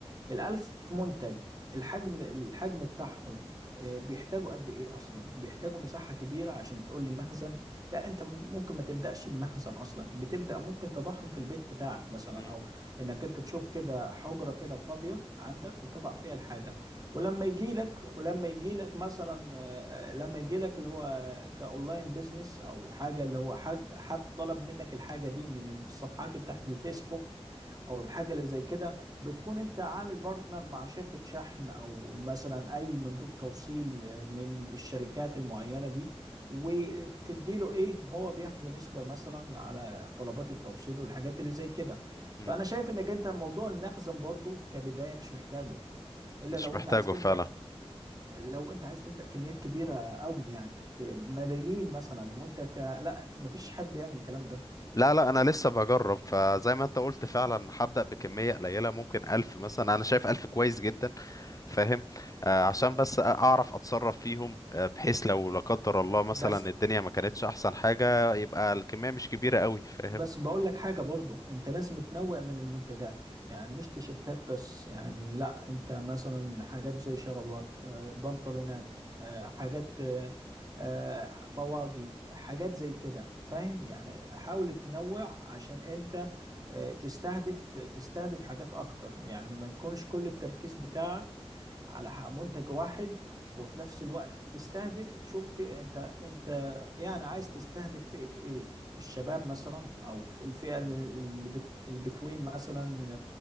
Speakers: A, on the right; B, on the left.
A: الألف منتج الحجم الحجم بتاعهم آه، بيحتاجوا قد ايه اصلا بيحتاجوا مساحة كبيرة عشان تقول لي مخزن لا انت م- ممكن ما تبدأش بمخزن اصلا بتبدأ ممكن تضعهم في البيت بتاعك مثلا
B: مم.
A: او انك انت تشوف كده حجرة كده فاضية عندك وتضع فيها الحاجة ولما يجي لك ولما يجي لك مثلا آه، لما يجي لك اللي هو كاونلاين بيزنس او حاجه اللي هو حاج حد طلب منك الحاجه دي من الصفحات بتاعت الفيسبوك او الحاجه اللي زي كده بتكون انت عامل بارتنر مع شركه شحن او مثلا اي مندوب توصيل آه، من الشركات المعينه دي وتديله ايه هو بياخده نسبه مثلا على طلبات التوصيل والحاجات اللي زي كده
B: مم.
A: فانا شايف انك انت موضوع المخزن برضو كبدايه مش محتاجه الا
B: مش
A: لو
B: محتاجه
A: انت عايز تبدا
B: فعلا
A: لو انت عايز تبدا كميات كبيره قوي يعني ك- ملايين مثلا وانت ك... لا مفيش حد بيعمل الكلام ده
B: لا لا انا لسه بجرب فزي ما انت قلت فعلا هبدأ بكمية قليلة ممكن ألف مثلا انا شايف ألف كويس جدا فاهم آه، عشان بس اعرف اتصرف فيهم آه، بحيث لو لا قدر الله مثلا
A: بس
B: الدنيا ما كانتش احسن حاجة يبقى الكمية مش كبيرة قوي فاهم
A: بس بقول لك حاجه برضو انت لازم تنوع من المنتجات يعني مش تيشيرتات بس يعني لا انت مثلا حاجات زي شرابات آه، بنطلونات آه، حاجات آه، آه، طواقي حاجات زي كده فاهم يعني حاول تنوع عشان انت آه، تستهدف تستهدف حاجات اكتر يعني ما يكونش كل التركيز بتاعك على ح- منتج واحد وفي نفس الوقت تستهدف شوف فئة انت انت يعني عايز تستهدف فئة ايه الشباب مثلا او في الفئة اللي بت- البتوين مثلا